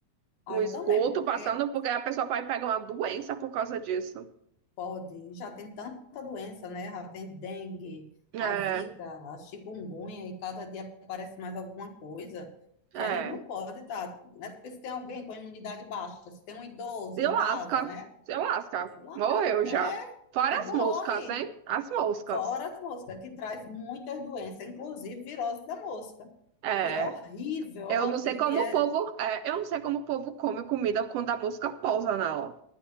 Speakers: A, on the left; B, on the right.
A: Ah,
B: O
A: eu
B: esgoto
A: também, porque
B: passando porque a pessoa pode pegar uma doença por causa disso.
A: pode, já tem tanta doença, né? Já tem dengue,
B: É,
A: a zika, a chikungunya, e cada dia aparece mais alguma coisa
B: é.
A: que a gente não pode estar, né? Porque se tem alguém com a imunidade baixa, se tem um idoso
B: Se
A: em
B: lasca,
A: casa, né?
B: se lasca.
A: Sei lá,
B: Morreu
A: é,
B: já. Fora
A: é bom,
B: as moscas,
A: morre.
B: hein? As moscas.
A: Fora as moscas, que traz muitas doenças, inclusive virose da mosca,
B: É.
A: que é horrível,
B: Eu
A: eu já
B: não sei
A: e
B: como
A: é,
B: o povo, é, eu não sei como o povo come comida quando a mosca pousa nela.